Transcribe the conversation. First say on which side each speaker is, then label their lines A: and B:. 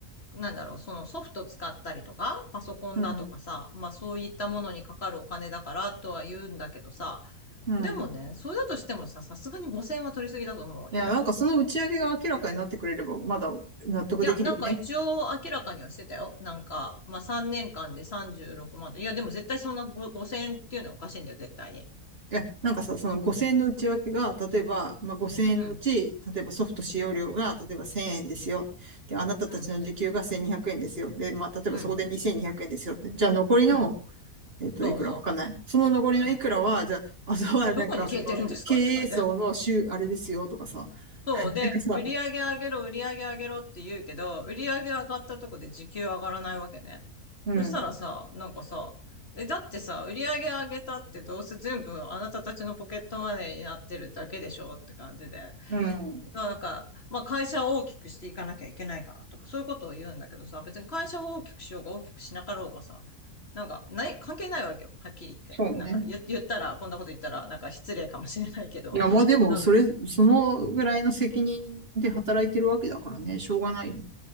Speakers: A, on the left; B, on the right.
A: なんだろう、そのソフト使ったりとか、パソコンだとかさ、
B: <laughs>
A: まあそういったものにかかるお金だからとは言うんだけどさ、
B: うん。
A: でもね、
B: うん。
A: それだとしてもさ、さすがに5000は取りすぎだと思うわけ。
B: いや、なんかその打ち上げが明らかになってくれれば、まだ納得できるよね。
A: いや、なんか一応明らかにはしてたよ。なんか、まあ3年間で36万でさんじゅうろくまんと。いや、でも絶対そんなご5000っていうのはおかしいんだよ、絶対に。
B: いや、なんかさ、その5000円の内訳が、例えば、まあ、5000円のうち、
A: うん、
B: 例えばソフト使用料が、例えば1000円ですよ。で、あなたたちの時給が1200円ですよ。
A: うん、
B: で、まあ、例えばそこで2200円ですよ。
A: うん、
B: でじゃあ残りの、
A: うん。
B: えっと、
A: そうそ
B: いくらわかんない。その残りのいくらは、
A: う。あ
B: じゃあ、あとはなんか、
A: どこに消えてるんですかって感じ。
B: その、経営層の週、あれですよとかさ、
A: そう。で、
B: なんかさ、
A: 売り上げ上げろ、売り上げ上げろって言うけど、売り上げ上がったとこで時給上がらないわけね。
B: うん、
A: そしたらさ、なんかさ、え、だってさ、売り上げ上げたってどうせ全部あなたたちのポケットマネーになってるだけでしょって感じで。
B: うん、
A: まあなんか、まあ会社を大きくしていかなきゃいけないからとかそういうことを言うんだけどさ、別に会社を大きくしようが大きくしなかろうがさ、なんか、ない、関係ないわけよ。はっきり言って。
B: そうね。
A: なんか言、言ったら、こんなこと言ったら、なんか失礼かもしれないけど。
B: いや、まあでも、
A: なんか、
B: それ、そのぐらいの責任で働いてるわけだからね、しょうがないよね。